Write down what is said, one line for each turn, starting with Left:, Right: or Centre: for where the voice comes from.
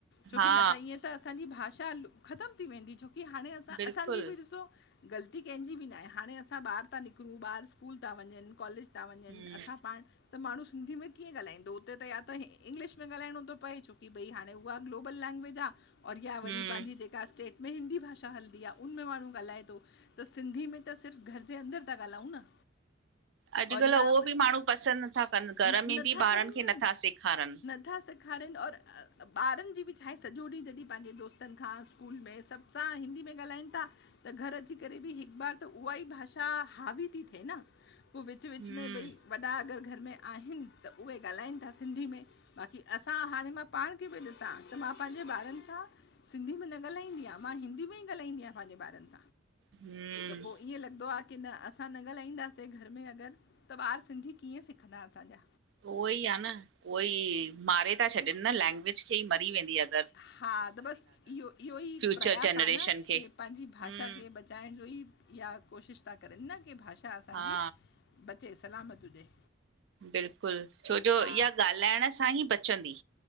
Left: छोकि
Right: हा
Left: न त ईअं त असांजी भाषा ख़तमु थी वेंदी, छोकि हाणे असां
Right: बिल्कुल
Left: असांजी बि ॾ ॻलती कंहिंजी बि न आहे, हाणे असां ॿाहिरि था निकिरूं, ॿार स्कूल था वञनि, कॉलेज था वञन
Right: हम्म
Left: असां पाण। त माण्हू सिंधी में कीअं ॻालाईंदो हुते त या त इंगलिश में ॻाल्हाइणो थो पए, छो की भई हाणे। हा ग्लोबल लैंग्वेज आ। और या वरी
Right: हम्म
Left: पंहिंजी जेका स्टेट में हिंदी भाषा हलदी आ। उन में माण्हू ॻाल्हाए थो, त सिंधी में। त सिर्फ़ घर जे अंदर था ॻाल्हायूं न।
Right: अॼुकल्ह
Left: और या
Right: उहो बि माण्हू पसंद नथा कन। घर
Left: न नथा
Right: में बि ॿारन
Left: करनि
Right: खे नथा सेखारन।
Left: न था सेखारन और ॿारनजी बि छा आहे सॼो ॾींहुं जॾहिं पंहिंजे दोस्तन खां स्कूल में सभ। असां हिंदी में ॻाल्हायन था। त घर अची करे बि हिक बार त उहा ई भाषा हावी थी थिए न। पो विच विच
Right: हम्म
Left: में भई वॾा अगर घर में आहिन त उहे ॻाल्हाइन था सिंधी में। बाक़ी, असां हाणे मां पाणखे बि ॾिसां त मां पंहिंजे ॿारनि सां। सिंधी में न ॻाल्हाईंदीयां मां हिंदी में ई ॻाल्हंद आहिया पंजे ॿारन सां।
Right: हम्म
Left: त पो, ईअं लॻंदो आ। की न, असां न ॻाल्हाईंदासीं घर में अगरि, त ॿार सिंधी कीअं सिखंदा असांजा।
Right: उहो ई आहे न। उहो ई मारे था छॾन न। लैंग्वेज खे ई मरी वेंदीअ।
Left: हा, त बस इहो, इहो ई
Right: फ्यूचर
Left: प्रयास
Right: जनरेशन
Left: आ नकी
Right: खे
Left: पंहिंजी भाषा
Right: हम्म
Left: खे बच। चांहे जो ई इहा कोशिश था करन ना की भाषा असांजी
Right: हा
Left: बचे सलामत हुजे।
Right: बिल्कुल, छोजो
Left: हा
Right: इहा ॻाल्हाइण सां ई बचंदी।